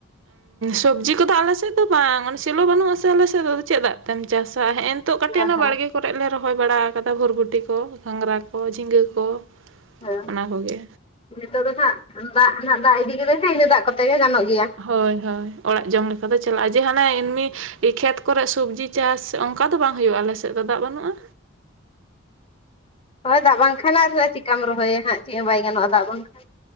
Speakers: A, on the right; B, on the left.
A: ᱥᱚᱵᱽᱡᱤ ᱠᱚᱫᱚ ᱟᱞᱮ ᱥᱮᱫ ᱫᱚ ᱵᱟᱝ ᱚᱱᱮ ᱥᱮᱞᱚ ᱵᱟᱹᱱᱩᱜ ᱟᱥᱮ ᱟᱞᱮ ᱥᱮᱫ ᱫᱚ ᱪᱮᱫ ᱫᱟᱜ ᱛᱮᱢ ᱪᱟᱥᱟ ᱦᱮᱸᱜ ᱮᱱ ᱱᱤᱛᱚᱜ ᱠᱟᱹᱴᱤᱡ
B: ᱦᱮᱸ
A: ᱚᱱᱟ
B: ᱦᱮᱸ
A: ᱵᱟᱲᱜᱮ ᱠᱚᱨᱮ ᱞᱮ ᱨᱚᱦᱚᱭ ᱵᱟᱲᱟ ᱟᱠᱟᱫᱟ ᱵᱷᱚᱨᱷᱩᱴᱤ ᱠᱚ ᱜᱷᱟᱝᱽᱨᱟ ᱠᱚ ᱡᱷᱤᱸᱜᱟᱹ ᱠᱚ
B: ᱦᱮᱸ
A: ᱚᱱᱟ ᱠᱚᱜᱮ
B: ᱱᱤᱛᱚᱜ ᱫᱚ ᱱᱟᱦᱜ ᱫᱟᱜ ᱱᱟᱜ ᱫᱟᱜ ᱤᱫᱤ ᱠᱮᱫᱟᱭ ᱥᱮ ᱤᱱᱟᱹ ᱫᱟᱜ ᱠᱚᱛᱮ ᱜᱮ ᱜᱟᱱᱚᱜ ᱜᱮᱭᱟ
A: ᱦᱳᱭ ᱦᱳᱭ ᱚᱲᱟᱜ ᱡᱚᱢ ᱞᱮᱠᱟ ᱫᱚ ᱪᱟᱞᱟᱜᱼᱟ ᱡᱮ ᱦᱟᱱᱮ ᱮᱢᱱᱤ ᱠᱷᱮᱛ ᱠᱚᱨᱮ ᱥᱚᱵᱽᱡᱤ ᱪᱟᱥ ᱚᱱᱠᱟ ᱫᱚ ᱵᱟᱝ ᱦᱩᱭᱩᱜᱼᱟ ᱟᱞᱮᱥᱮᱫ ᱫᱚ ᱫᱟᱜ ᱵᱟᱹᱱᱩᱜᱼᱟ
B: ᱦᱳᱭ ᱫᱟᱜ ᱵᱟᱝᱠᱷᱟᱱ ᱟᱨ ᱪᱤᱠᱟᱢ ᱨᱚᱦᱚᱭᱟ ᱦᱟᱸᱜ ᱪᱮᱫ ᱦᱚᱸ ᱵᱟᱭ ᱜᱟᱱᱚᱜᱼᱟ ᱫᱟᱜ ᱵᱟᱝᱠᱷᱟᱱ